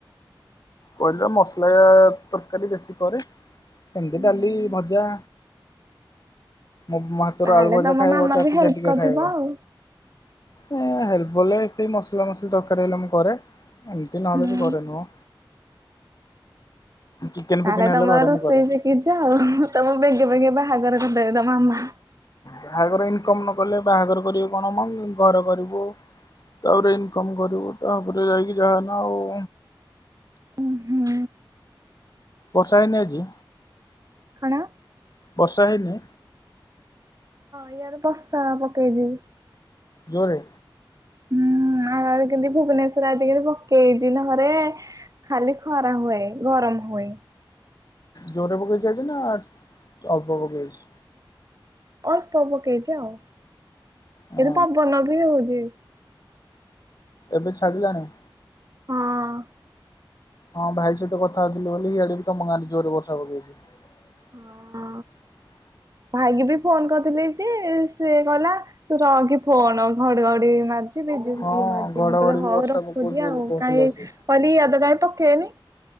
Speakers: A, on the left; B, on the right.
A: କହିଲ ମସଲା ତରକାରୀ ବେଶୀ କରେ। ଏମିତି
B: ହୁଁ
A: ଡାଲି, ଭଜା। ମୋ ହାତରୁ
B: ତାହେଲେ
A: ଆଳୁ ଭଜା
B: ତମ
A: ଖାଇବ
B: ମାମା
A: ଚାଟି-ଚାଟିକା
B: ବି ହେଲ୍ପ କରିଥିବ
A: ଖାଇବ।
B: ଆଉ।
A: ଏ ହେଲ୍ପ ବଲେ ସେଇ ମସଲା ମସଲି ତରକାରୀ ହେଲା ମୁଁ କରେ ଏମିତି ନହେଲେ
B: ହୁଁ
A: ବି କରେ ନି। ଚିକେନ
B: ତାହେଲେ
A: ଫିକେନ ହେଲେ
B: ତମର
A: ଘରେ
B: ରୋଷେଇ
A: ମୁଁ କରେ।
B: ସି କିଛ ଆଉ ତମ ବେଗେ ବେଗେ ବାହାଘର କରିଦେବେ ତମ ମାମା।
A: ବାହାଘର ଇନକମ୍ ନ କଲେ ବାହାଘର କରିବେ କଣ ମମି ଘର କରିବୁ। ତାପରେ ଇନକମ୍ କରିବୁ ତାପରେ ଯାଇକି ଯାହାନା ଆଉ
B: ଉଁ ହୁଁ
A: ବର୍ଷା ହେଇନି ଆଜି।
B: କଣ?
A: ବର୍ଷା ହେଇନି।
B: ଏଆଡେ ବର୍ଷା ପକେଇଛି।
A: ଯୋରେ।
B: ହୁଁ ଆଉ କେମତି ଭୁବନେଶ୍ଵର ଆଜି କେମ ପକେଇ ହେଛି ନା ଘରେ। ଖାଲି ଖରା ହୁଏ ଗରମ ହୁଏ।
A: ଯୋରେ ପକେଇଚି ଆଜି ନା, ଅଳ୍ପ ପକେଇଛି।
B: ଅଳ୍ପ ପକେଇଛି ଆଉ।
A: ହଁ
B: ଏଦ ପବନ ବି ହଉଛି।
A: ଏବେ ଛାଡ଼ିିଲାଣି?
B: ହଁ ଅଁ
A: ହଁ ଭାଇ ସହିତ କଥା ହଉଥିଲି ବୋଲି ଇଆଡେ ବି ତମ ଗାଁରେ ଯୋରେ ବର୍ଷା ପକେଇଛି। <inaudible>
B: ହଁ। ଭାଇକି ବି ଫୋନ କରିଥିଲି ଯେ -ସିଏ କହିଲା ତୁ ରଖେ ଫୋନ, ଘଡିଘଡି ମାରୁଛି। ଇଏ ବିଜୁଳି
A: ହଁ
B: ମାରୁଛି,
A: ଘଡ଼ଘଡ଼ି
B: ମୁଁ କହିଲେ
A: ବି
B: ହଉ
A: ବର୍ଷା
B: ରଖୁଛି
A: ପକଉଛି ବୋଲି
B: ଆଉ
A: କହୁଥିଲେ
B: କାହିଁ
A: ସେ।
B: କନି ଇଆଦ କାହିଁ ପକେଇନି,